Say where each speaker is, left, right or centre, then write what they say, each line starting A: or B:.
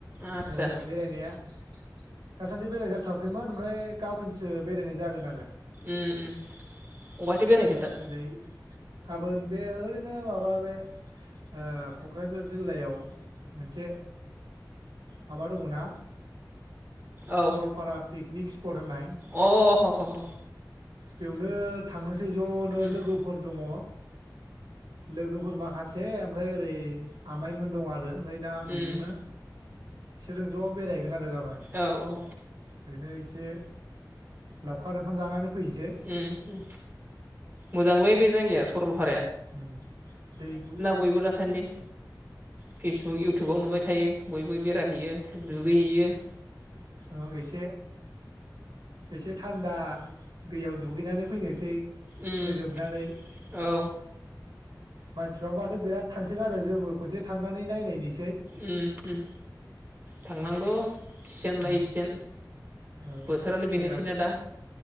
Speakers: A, on the right (about 30°); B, on the right (about 85°).
A: आदसा
B: ओहो बेरायनाया दासान्दि बेराय जाथवाखैमोन ओमफ्राय गाबोनसो बेरायनाय जागोन आरो
A: एम उम अहायटि बेरायगोनदा
B: जेरै गाबोन बे ओरैनो माबा बे ओ कक्राझार जिल्लायाव मोनसे माबा दङ ना
A: औ
B: सरलपारा पिकनिक स्पट होननाय
A: अ ह ह
B: बेयावनो थांनोसै जनो
A: उम
B: लोगोफोर दङ लोगोफोर माखासे ओमफ्राय ओरै आमाइमोन दं आरो आरो ओमफ्राय दा बेजोंनो
A: उम
B: सोरजों ज बेरायहैगोन आरो गाब
A: औ औ
B: ओरैनो एसे लावखार ओंखाम जानानै फैनोसै
A: उम मोजांलै बे जायगाया सरलपारा
B: उम दैगु
A: बयबो दासान्दि फेसबुक इउटुबाव नुबाय थायो बयबो बेरायहैयो गैयो
B: औ एसे एसे थान्दा दैयाव दुगैनानै फैनोसै
A: उम
B: गोजोमनानै
A: औ
B: मानसिफ्राबो माथ बिराद थांसोगारो जोंबो खनसे थांनानै नायनायनि
A: उम उम थांनांगौ सिजेन
B: उम
A: लायै सिजेन
B: औ
A: बोथोरानो
B: सेंग्रा
A: बेनोसैना
B: सिख्ला
A: दा